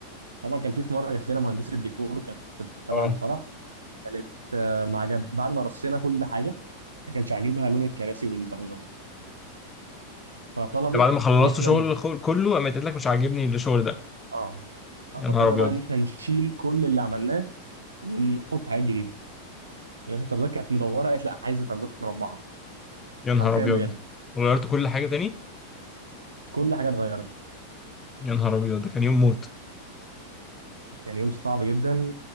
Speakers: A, on the right; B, on the left.
A: طبعا كان في في مره جات لنا مهندسه ديكور كانت تبع
B: اه
A: الفرح كانت آه، ما عجب بعد ما رصينا كل حاجه ما كانش عاجبها لون الكراسي والترابيزات فطلبت
B: ده بعد ما خلصت
A: ان احنا
B: شغل
A: ن...
B: خو- كله قامت قالت لك مش عاجبني الشغل ده
A: اه آه،
B: يا
A: فاضطرينا
B: نهار ابيض
A: بقى ان احنا نشيل كل اللي عملناه ونحط حاجات جديده يعني مثلا الترابيزات كانت مدوره قالت لا انا عايزه ترابيزات مربعه
B: يا نهار
A: حرفيا
B: ابيض
A: بجد
B: وغيرت كل حاجه تاني
A: كل حاجه اتغيرت
B: يا نهار ابيض ده كان يوم موت
A: كان يوم صعب جدا